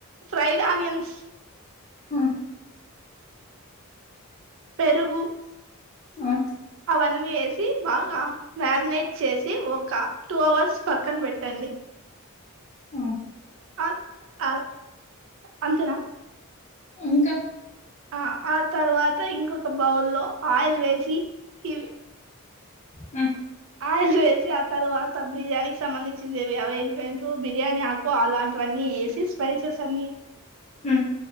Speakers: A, on the right (about 60°); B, on the left (about 30°).
A: ఫ్రైడ్ ఆనియన్స్
B: ఆ
A: పెరుగు
B: ఆ
A: అన్ని వేసి బాగా మ్యారినేట్ చేసి ఒక టూ అవర్స్ పక్కన పెట్టండి
B: అఓ
A: అ అంతనాా
B: ఇంకా
A: ఆ ఆ తర్వాత ఇంకొక బౌ లో ఆయిల్ వేసి ఇవి
B: ఆ
A: ఆయిల్ వేసి ఆ తర్వాత బిర్యానీకి సంబంధించినేవి అవి ఏంటేంటో బిర్యానీ ఆకు అలాంటివన్నీ వేసి స్పైసెస్ అని
B: హ